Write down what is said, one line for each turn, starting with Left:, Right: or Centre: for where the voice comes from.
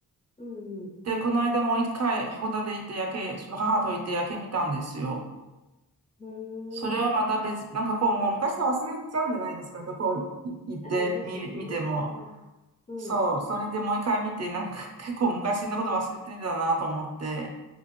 Left: うん、うん、
Right: で、この間もう一回函館行って夜景、その母と行って夜景見たんですよ。
Left: うん。
Right: それはまた別、
Left: うーん。
Right: なんかこう、もう昔の忘れちゃうんじゃないですか、どこ行って見る、
Left: あ、ですね。
Right: 見ても。
Left: うん、うん。
Right: そう、それでもう一回見て、なんか <laughs> 結構昔のこと忘れてたなと思って、